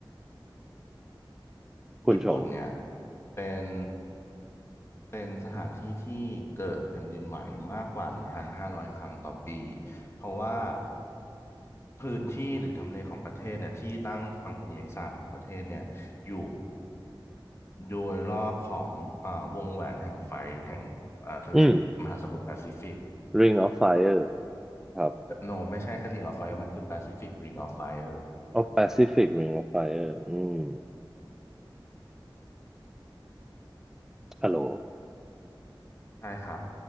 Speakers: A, in the centre; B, on the left (about 30°).
A: คุณชง
B: ญี่ปุ่นเนี่ยเป็นเป็นสถานที่ที่เกิดแผ่นดินไหวมากกว่าหนึ่งพันห้าร้อยครั้งต่อปีเพราะว่า พื้นที่หรือทำเลของประเทศเนี่ยที่ตั้งทางภูมิศาสตร์ของประเทศเนี่ยอยู่โดยรอบของอ่าวงแหวนแห่งไฟแห่งอ่าทะเลมหาอืสมมุทรแปซิฟิก
A: อืม Ring of Fire ครับ
B: โนไม่ใช่แค่ Ring of Fire มันคือ Pacific Ring of Fire
A: of Pacific Ring of Fire อืมฮัลโหล
B: ใช่ครับ